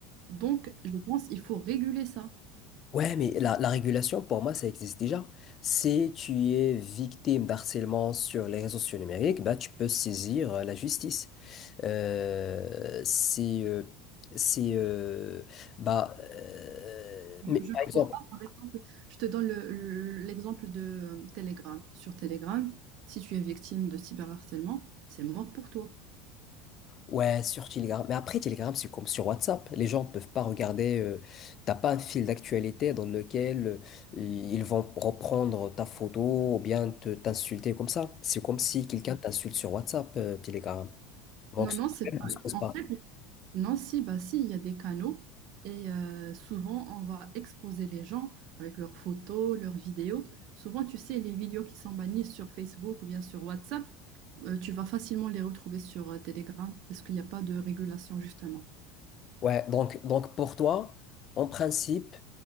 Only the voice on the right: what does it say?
Donc, je pense qu'il faut réguler ça.
Je
ne crois
pas, par exemple, je te donne le- le- l'exemple de euh, Telegram. Sur Telegram, si tu es victime de cyberharcèlement, c'est mort pour toi.
Non,
non,
c'est pas.
En
fait, Non, si, bah si, il y a des canaux et euh, souvent on va exposer les gens avec leurs photos, leurs vidéos. Souvent, tu sais, les vidéos qui sont bannies sur Facebook ou bien sur WhatsApp, euh, tu vas facilement les retrouver sur euh, Telegram parce qu'il n'y a pas de régulation justement.